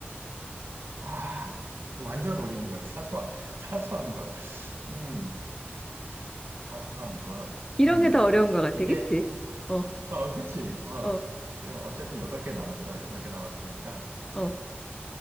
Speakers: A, on the right; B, on the left.
A: 아, 그 완전 어려운 거네. 사소한, <laughs> 사소한 것. 음, 사소한 것.
B: 이런
A: 음,
B: 게 더 어려운 것 같아,
A: 이게,
B: 그치? 어,
A: 어, 그치. 어.
B: 어,
A: 그럼 어쨌든 여덟 개 남았어. 여덟 개 남았으니까.
B: 어.